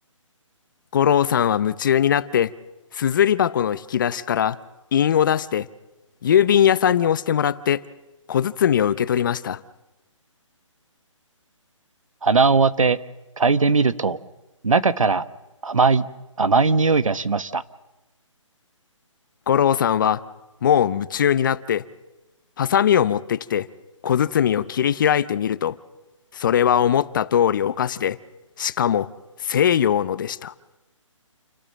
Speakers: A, on the left; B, on the right.
A: 五郎さんは夢中になって、すずり箱の引き出しから印を出して、郵便屋さんに押してもらって、小包を受け取りました。
B: 鼻を当て、嗅いでみると、中から甘い、甘い匂いがしました。
A: 五郎さんはもう夢中になってハサミを持ってきて小包を切り開いてみるとそれは思った通りお菓子でしかも西洋のでした